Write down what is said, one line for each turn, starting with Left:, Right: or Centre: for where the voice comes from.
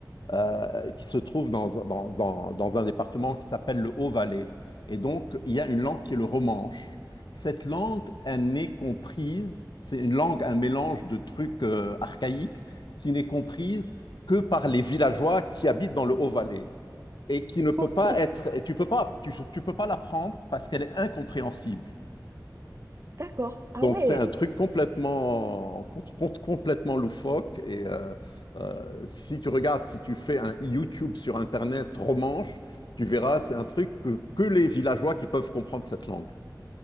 Left: euh, qui se trouve dans, un- dans, dans- dans un département qui s'appelle le Haut-Valais. Et donc, il y a une langue qui est le romanche. Cette langue, elle n'est comprise, c'est une langue, un mélange de trucs euh, archaïques, qui n'est comprise que par les villageois qui habitent dans le Haut-Valais et qui ne peut
Right: Ok.
Left: pas être, et tu peux pas, tu, tu peux pas l'apprendre parce qu'elle est incompréhensible.
Right: D'accord. Ah
Left: Donc
Right: ouais.
Left: c'est un truc complètement, com- com- complètement loufoque. Et euh, euh, si tu regardes, si tu fais un YouTube sur Internet romanche, tu verras, c'est un truc que, que les villageois qui peuvent comprendre cette langue.